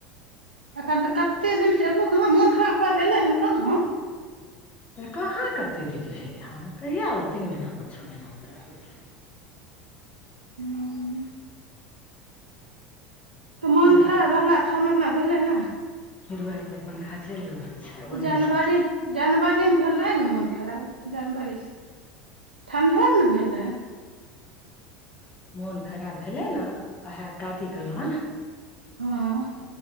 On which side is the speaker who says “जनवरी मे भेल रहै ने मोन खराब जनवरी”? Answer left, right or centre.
Right